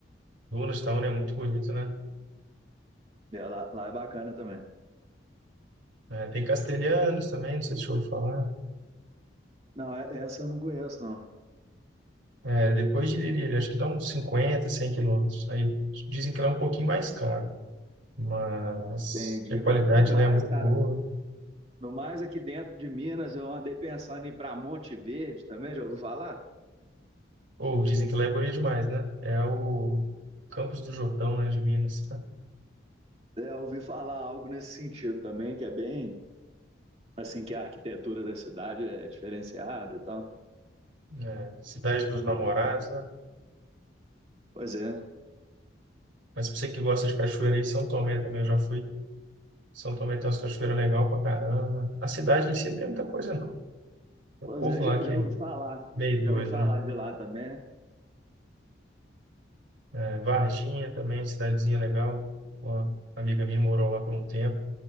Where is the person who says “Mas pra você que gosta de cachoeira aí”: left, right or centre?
Right